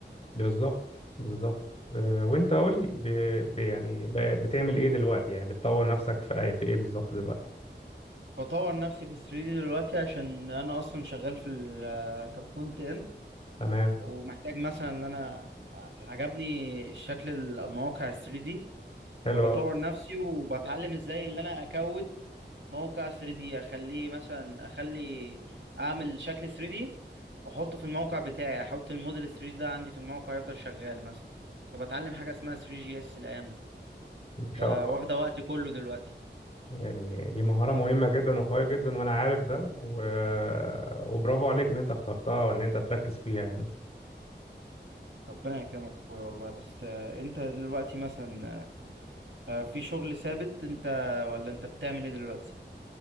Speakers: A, on the left (about 35°); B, on the right (about 85°).
A: بالظبط بالظبط آه، وانت قول لي ب... ب... يعني ب... بتعمل ايه دلوقتي يعني بتطور نفسك في اي في ايه بالظبط دلوقتي
B: بطور نفسي في 3D دلوقتي عشان انا اصلا شغال في ال- كفرونت اند
A: تمام
B: ومحتاج مثلا ان انا عجبني شكل المواقع ال 3D
A: حلو
B: فبطور
A: قوي
B: نفسي وبتعلم ازاي اللي انا اكود موقع 3D اخليه مثلا اخلي اعمل شكل 3D واحطه في الموقع بتاعي احط الموديل 3D ده عندي في الموقع يفضل شغال مثلا فبتعلم حاجة اسمها 3 جي اس الايام دي
A: ان شاء
B: بقى
A: الله
B: واخدة وقتي كله دلوقتي
A: يعني دي مهارة مهمة جدا وقوية جدا وانا عارف ده و... آه، وبرافو عليك ان انت اخترتها وان انت تركز فيها يعني
B: ربنا يكرمك اخويا والله بس آه، انت دلوقتي مثلا آه، آه، في شغل ثابت انت ولا انت بتعمل ايه دلوقتي